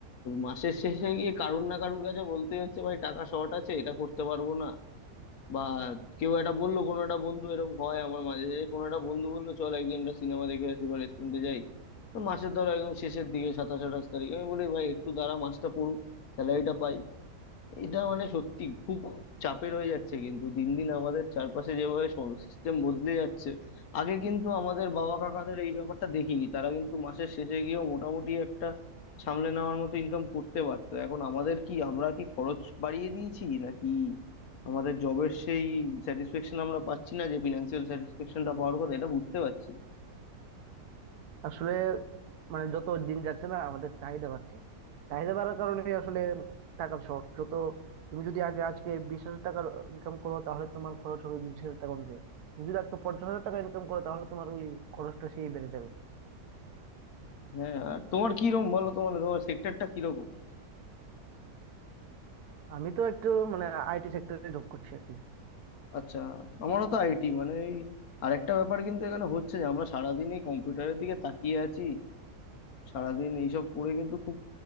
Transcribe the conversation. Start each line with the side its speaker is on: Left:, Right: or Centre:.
Left: মাসের শেষে গিয়ে কারুর না কারুর কাছে বলতে হচ্ছে ভাই টাকা শর্ট আছে এটা করতে পারবো না বা কেউ একটা বললো কোনো একটা বন্ধু এরকম হয় আমার মাঝে যে কোনো একটা বন্ধু বললো চল একদিন একটা সিনেমা দেখে আসি বা রেস্টুরেন্টে যাই তো মাসের ধরো একদম শেষের দিকে সাতাশ আঠাশ তারিখ আমি বলি ভাই একটু দাঁড়া মাসটা পড়ুক স্যালারিটা পাই এটা মানে সত্যি খুব চাপের হয়ে যাচ্ছে কিন্তু দিন দিন আমাদের চারপাশে যেভাবে সিস্টেম বদলে যাচ্ছে আগে কিন্তু আমাদের বাবা কাকাদের এই ব্যাপারটা দেখিনি তারা কিন্তু মাসের শেষে গিয়েও মোটামুটি একটা সামলে নেওয়ার মতো ইনকাম করতে পারতো এখন আমাদের কি আমরা কি খরচ বাড়িয়ে দিয়েছি নাকি আমাদের জবের সেই স্যাটিসফ্যাকশন আমরা পাচ্ছি না যে ফিনান্সিয়াল স্যাটিসফ্যাকশনটা পাওয়ার কথা এটা বুঝতে পারছি না
Right: আসলে মানে যত দিন যাচ্ছে না আমাদের চাহিদা বাড়ছে চাহিদা বাড়ার কারণে আসলে টাকার শর্ট যত তুমি যদি আগে আজকে বিশ হাজার টাকার ইনকাম করো তাহলে তোমার খরচ হবে বিশ হাজার টাকা অনুযায়ী তুমি যদি আজকে পঞ্চাশ হাজার টাকা ইনকাম করো তাহলে তোমার ওই খরচটা সেই বেড়ে যাবে
Left: হ্যাঁ আর তোমার কিরকম বলো তোমার তোমার সেক্টরটা কিরকম
Right: আমি তো একটু মানে আইটি সেক্টরে জব করছি আর কি
Left: আচ্ছা আমারও তো আইটি মানে এই আরেকটা ব্যাপার কিন্তু এখানে হচ্ছে যে আমরা সারাদিন এই কম্পিউটারের দিকে তাকিয়ে আছি সারাদিন এইসব করে কিন্তু খুব